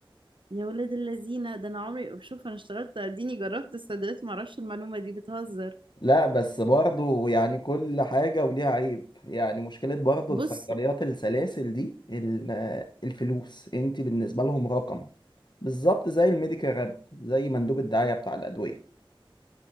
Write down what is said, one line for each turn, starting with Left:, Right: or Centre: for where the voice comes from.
Right: يا ولاد اللذينة ده انا عمري شوف انا اشتغلت اديني جربت الصيدليات معرفش المعلومة دي بتهزر
Left: لا بس برضه يعني كل حاجة وليها عيب يعني مشكلة برضه
Right: بص
Left: الصيدليات السلاسل دي ال- الفلوس انت بالنسبة لهم رقم بالظبط زي الميديكال راب زي مندوب الدعاية بتاع الأدوية